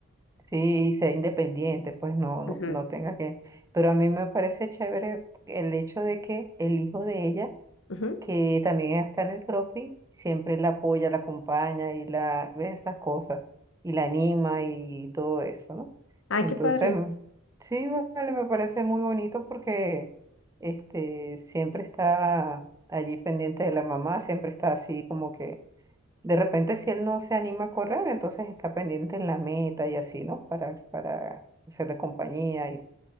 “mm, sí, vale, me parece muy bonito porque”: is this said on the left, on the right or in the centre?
Right